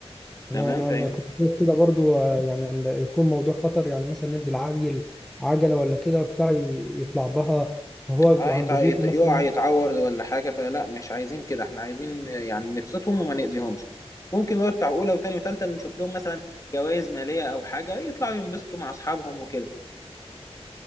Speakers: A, on the left; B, in the centre.
A: تمام
B: انا انا
A: فاهم
B: انا كنت شايف كده برضو آه، يعني إن يكون موضوع خطر يعني مثلا ندي العيل عجله ولا كده بتاع ي- يطلع بها وهو بيبقى
A: اه يتع...
B: عند بيته
A: يت- يقع
B: مثلا
A: يتعور ولا حاجة فلا مش عايزين كده احنا عايزين يعني نبسطهم وما نأذيهمش ممكن بقى بتاع أولى وتانية وتالتة نشوف لهم مثلا جوائز مالية أو حاجة يطلعوا ينبسطوا مع أصحابهم وكده